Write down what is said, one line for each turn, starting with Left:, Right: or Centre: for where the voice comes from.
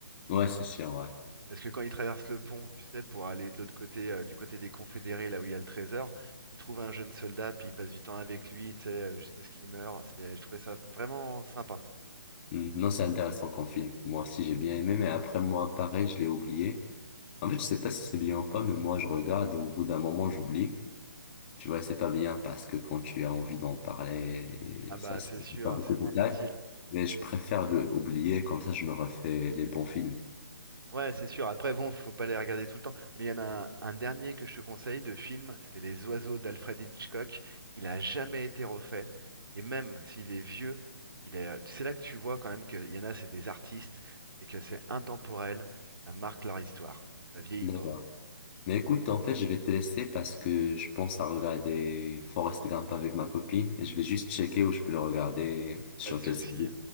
Left: Ouais, c'est sûr, ouais.
Right: Parce que quand ils traversent le pont, tu sais, pour aller de l'autre côté, euh, du côté des Confédérés, là où il y a le trésor, ils trouvent un jeune soldat, puis ils passent du temps avec lui, tu sais, euh, jusqu'à ce qu'il meure. C'est, je trouvais ça vraiment sympa.
Left: Hmm, Non, c'est intéressant comme film. Moi aussi, j'ai bien aimé, mais après moi, pareil, je l'ai oublié. En fait, je sais pas si c'est bien ou pas, mais moi, je regarde et au bout d'un moment, j'oublie. Tu vois, c'est pas bien parce que quand tu as envie d'en parler,
Right: Ah bah
Left: ça, c'est
Right: c'est sûr,
Left: pas beaucoup
Right: c'est
Left: de
Right: moins
Left: détails.
Right: facile.
Left: Mais je préfère le oublier, comme ça, je me refais les bons films.
Right: Ouais, c'est sûr. Après, bon, faut pas les regarder tout le temps. Mais il y en a un, un dernier que je te conseille de film, c'est Les Oiseaux d'Alfred Hitchcock. Il a jamais été refait. Et même s'il est vieux, il est, c'est là que tu vois quand même qu'il y en a, c'est des artistes, c'est que c'est intemporel, ça marque leur histoire. Ça vieillit
Left: D'accord.
Right: pas.
Left: Mais écoute, en fait, je vais te laisser parce que je pense à regarder Forrest Gump avec ma copine et je vais juste checker où je peux le regarder sur
Right: Pas de souci.
Left: quel service.